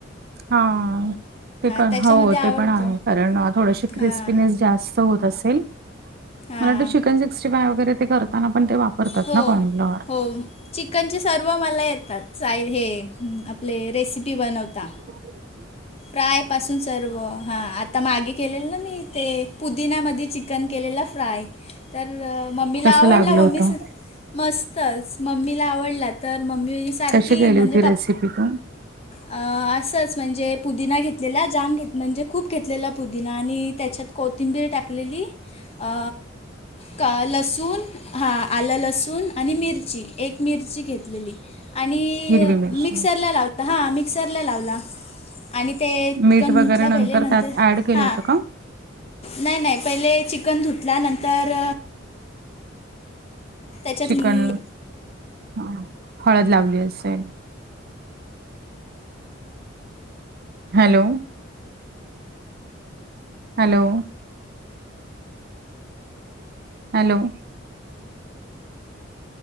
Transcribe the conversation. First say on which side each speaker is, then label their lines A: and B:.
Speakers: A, on the right; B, on the left.
A: हा ते
B: त्याच्यामध्ये
A: हो
B: आवडतो
A: ते पण आहे कारण थोडशी
B: हां
A: क्रिस्पीनेस त अस वा स
B: हां
A: फार ताना पण ते वापरतात
B: हो
A: ना कॉन फ्लॉवर
B: हो चिकनचे सर्व मला येतात साय हे आपले रेसिपी बनवता.
A: ह.
B: प्रायपासून सर्व हा आता मागे केलेलं ना मी ते पुदिनमध्ये चिकन केलेलं फ्राय. तर मम्मीला
A: तसं
B: आवडला
A: लागलं
B: मम्मी
A: होतं
B: सु मस्तच मम्मीला आवडलात. तर मम्मी सारखी
A: कशी केली
B: म्हणजे
A: होती
B: पप
A: रेसिपी तू
B: अ असंच म्हणजे पुदीना घेतलेला जाम घेत म्हणजे खूप घेतलेला पुदिना आणि त्याच्यात कोथिंबीर टाकलेली. अ का लसूण हां आलं लसूण आणि मिरची. एक मिरची घेतलेली आणि
A: हिरवी मिरची
B: मिक्सरला लाव हां मिक्सरला लावला. आणि ते चिकन
A: मीठ
B: धुतला
A: वगैरे
B: पहिले नंतर
A: त्यात ऍड केलं
B: हां.
A: होतं का
B: नाही नाही पहिले चिकन धुतला नंतर त्याच्यात
A: चिकन
B: मी
A: हा हळद लावली असेन. Hello. Hello. Hello.